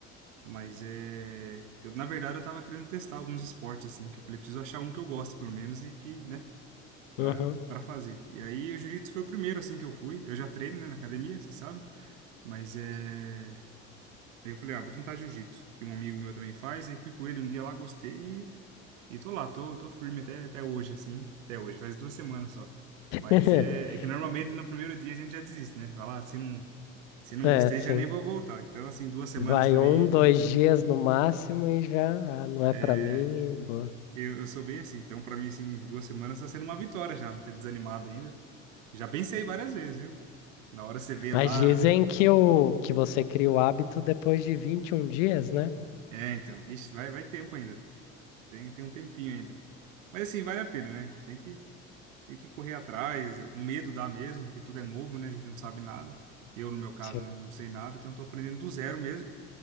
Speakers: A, on the right (about 75°); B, on the left (about 70°).
A: Mas é. Eu, na verdade, eu tava querendo testar alguns esportes, assim, que eu falei, preciso achar um que eu gosto, pelo menos, e que, né, pra,
B: Uhum.
A: pra fazer. E aí o jiu-jitsu foi o primeiro, assim, que eu fui. Eu já treino, né, na academia, você sabe. Mas é. Aí eu falei, ah, vou tentar jiu-jitsu, que um amigo meu também faz. Aí fui com ele um dia lá, gostei e, e tô lá, tô, tô firme até, até hoje, assim. Até hoje, faz duas semanas só.
B: <laughs>
A: Mas é, é que normalmente no primeiro dia a gente já desiste, né? Vai lá, se não, se não
B: É,
A: gostei,
B: sim.
A: já nem vou voltar. Então, assim, duas semanas
B: Vai
A: pra
B: um,
A: mim,
B: dois dias no máximo e já, ah, não é
A: é,
B: para mim, e boa.
A: eu, eu sou bem assim. Então, pra mim, assim, duas semanas tá sendo uma vitória já, não ter desanimado ainda. Já pensei várias vezes, viu? Na hora você vê
B: Mas
A: lá.
B: dizem que o que você cria o hábito depois de 21 dias, né?
A: É, então, ixi, vai, vai tempo ainda. Tem, tem um tempinho ainda. Mas assim, vale a pena, né? Tem que, Tem que correr atrás, o medo dá mesmo, porque tudo é novo, né? A gente não sabe nada. Eu, no meu caso,
B: Sim.
A: não sei nada, então estou aprendendo do zero mesmo.